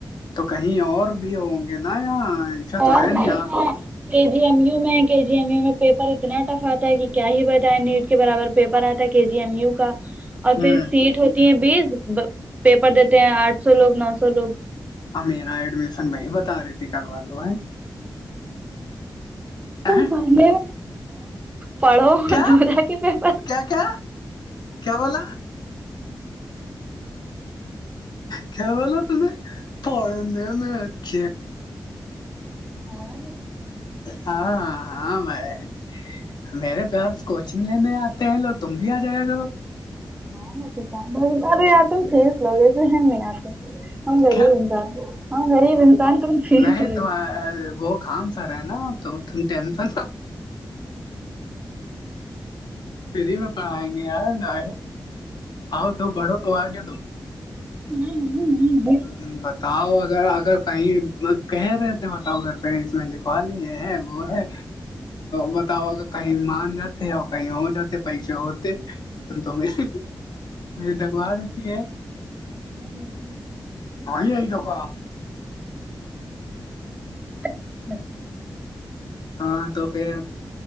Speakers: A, on the left (about 65°); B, on the right (about 20°).
A: تو کہیں اور بھی ہوں گے نا یہاں ایسا تو
B: اور
A: ہے
B: نہیں
A: آپ
B: ہے کے جی ایم یو میں کے جی ایم یو میں پیپر اتنا ٹف آتا ہے کہ کیا ہی بتائےیں نیو کے برابر پیپر آتا ہے کے جی ایم یو کا اور
A: ہوں
B: پھر سیٹ ہوتی ہیں بیس پیپر دیتے ہیں آٹھ سو لوگ نو سو لوگ
A: آ میرا ایڈمیشن وہی بتا رہی تھی کروا لو ہے
B: ب
A: اہے،
B: م پڑھو
A: کیا
B: د تھاا کے پیپر
A: کیا کیا کیا بولا کیا بولو نے پڑے نمچ
B: اور
A: ہاں ہاں ہاں بھائی میرے کوچنگ لینے آتے ہیں لوگ تم بھی آ جائے گا
B: اںار آتے لوگ ایسے نہیں آتے ہم غریب
A: کیا
B: ہاں غریب انسان تو فھیک
A: نہیں
B: گی
A: تم وہ کام سرا ہے نا تو تم ٹیمپل فری میں پڑھائیں گے آ آ آؤ تو پڑھو تو آگے تو
B: ہ ہ ہ
A: بات بتاؤ اگر اگر کہیں کہ رہے تھ بتاؤ گھر پ اس میں لکھوا لیے وہ ہے بتاؤ کہ کہیں مان جاتے اور کہیں ہو جاتے پیسے ہوتے تم تو میری دگوا دیتی ہے
B: نہیں
A: یہئی توک
B: <unintelligible>
A: ہاں تو پھر